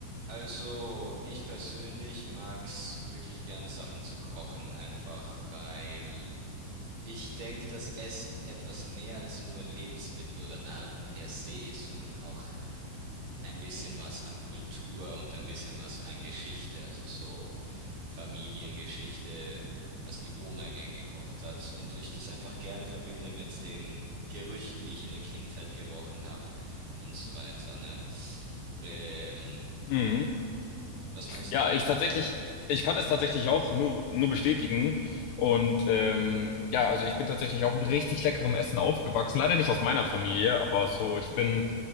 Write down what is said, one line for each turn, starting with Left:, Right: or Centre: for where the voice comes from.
Right: Also, ich persönlich mag's wirklich gern, Sachen zu kochen, einfach weil ich denke, dass Essen etwas mehr als nur Lebensmittel oder Nahrung per se ist, sondern auch ein bisschen was an Kultur und ein bisschen was an Geschichte, also so Familiengeschichte, was die Oma gern gekocht hat und ich das einfach gerne verbinde mit den Gerüchen, die ich in der Kindheit gerochen habe und so weiter, ne? Ähm,
Left: Mhm.
Right: was meinst
Left: Ja,
Right: du?
Left: ich tatsächlich,
Right: Mhm.
Left: ich kann es tatsächlich auch nur, nur bestätigen. Und ähm, ja, also ich bin tatsächlich auch mit richtig leckerem Essen aufgewachsen. Leider nicht aus meiner Familie, aber so, ich bin,
Right: Hm.